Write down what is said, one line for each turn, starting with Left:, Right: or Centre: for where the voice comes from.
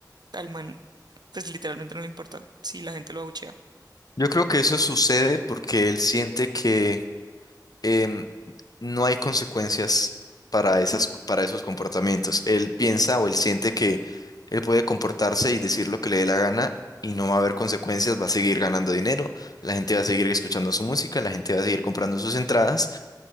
Right: al man, pues literalmente no le importa si la gente lo abuchea.
Left: Yo creo que eso sucede porque él siente que em, no hay consecuencias para esas, para esos comportamientos. Él piensa o él siente que él puede comportarse y decir lo que le dé la gana y no va a haber consecuencias, va a seguir ganando dinero, la gente va a seguir escuchando su música, la gente va a seguir comprando sus entradas